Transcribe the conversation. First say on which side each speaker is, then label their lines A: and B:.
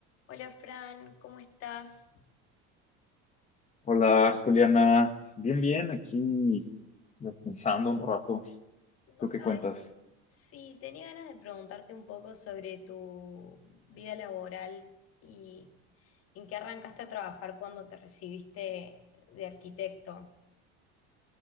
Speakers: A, on the left; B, on the left.
A: Hola Fran, ¿cómo estás?
B: Hola, Juliana. Bien, bien, aquí pensando un rato.
A: Vos
B: ¿Tú qué
A: sabés,
B: cuentas?
A: sí, tenía ganas de preguntarte un poco sobre tu vida laboral y en qué arrancaste a trabajar cuando te recibiste de arquitecto.